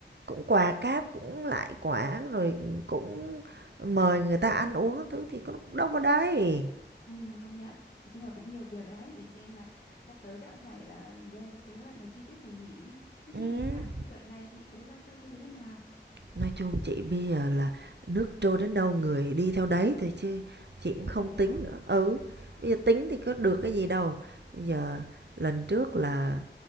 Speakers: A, on the right (about 65°); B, on the left (about 50°).
A: cũng quà cáp, cũng lại quả, rồi cũng mời người ta
B: ừ
A: ăn uống các thứ thì có nó cũng đâu vào đây.
B: ừ công nhận nói chung là cũng nhiều việc đấy để xem là sắp tới chắc cũng phải là lên cái kế hoạch này chi tiết tỉ mỉ thế
A: Ừm,
B: chị thì sao thì đợt này thì kế hoạch các thứ thế nào
A: nói chung chị bây giờ là nước trôi đến đâu người đi theo đấy thôi chứ chị
B: <laughs>
A: cũng không
B: thế á
A: tính nữa. Ừ, bây
B: ừ
A: giờ tính thì có được cái gì đâu. Bây giờ lần trước là,